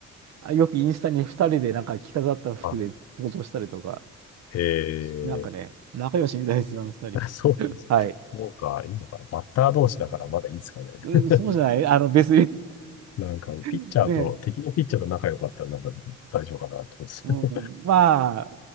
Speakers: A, on the right; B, on the left.
A: あよくインスタに2人でなんか着飾った服で登場したりとか、
B: あ、へ
A: なんかね、
B: え。
A: 仲良しみたいですよ、あの2人。
B: <laughs> そう、
A: はい。
B: そうか、いいのかな。バッター同士だからまだいいんですかね。
A: うん、
B: <laughs>
A: そうじゃないあの別に
B: なんか、
A: <laughs>。
B: ピッチャーと、
A: ね
B: 敵のピッチャーと仲良かったらなんか大丈夫かなってことです。
A: うん、
B: <laughs>
A: まあ、